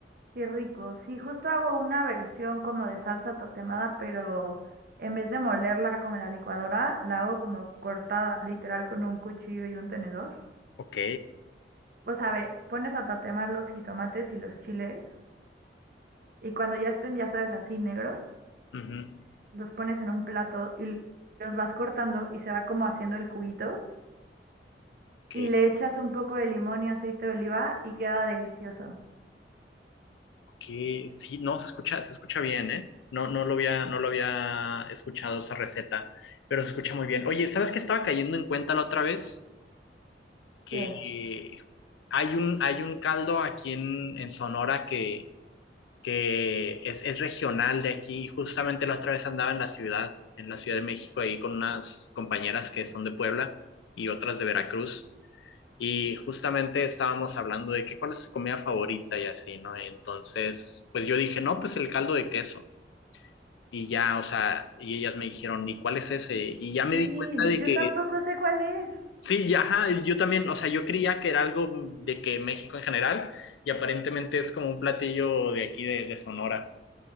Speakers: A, on the right; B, on the left.
A: Qué rico. Sí, justo hago una versión como de salsa tatemada, pero en vez de molerla con la licuadora, la hago como cortada literal con un cuchillo y un tenedor.
B: Ok.
A: O sea, ve, pones a tatemar los jitomates y los chiles y cuando ya estén, ya sabes, así negros,
B: Ujú.
A: los pones en un plato y los vas cortando y se va como haciendo el juguito
B: Ok,
A: y le echas un poco de limón y aceite de oliva y queda delicioso.
B: ok. Sí, no, se escucha, se escucha bien, ¿eh? No, no lo había, no lo había escuchado esa receta, pero se escucha muy bien. Oye, ¿sabes qué estaba cayendo en cuenta la otra vez? que
A: ¿Qué?
B: hay un, hay un caldo aquí en, en Sonora que, que es, es regional de aquí. Justamente la otra vez andaba en la ciudad, en la Ciudad de México, ahí con unas compañeras que son de Puebla y otras de Veracruz. Y justamente estábamos hablando de que cuál es tu comida favorita y así, ¿no? Entonces, pues yo dije, no, pues el caldo de queso. Y ya, o sea, y ellas me dijeron, ¿y cuál es ese? Y ya me
A: Sí,
B: di cuenta de
A: yo
B: que
A: tampoco sé cuál es.
B: Sí, y ajá, yo también, o sea, yo creía que era algo de que México en general, y aparentemente es como un platillo de aquí de, de Sonora.